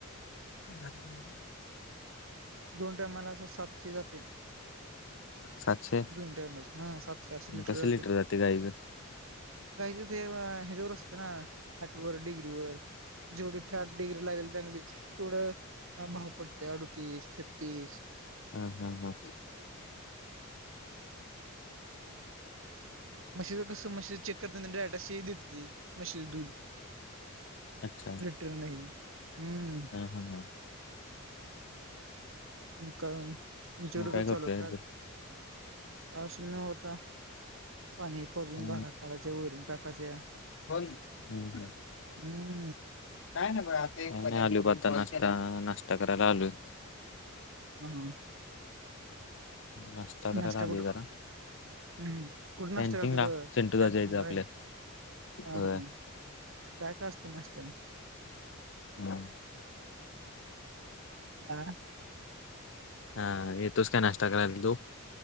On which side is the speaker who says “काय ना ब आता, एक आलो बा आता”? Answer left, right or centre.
Left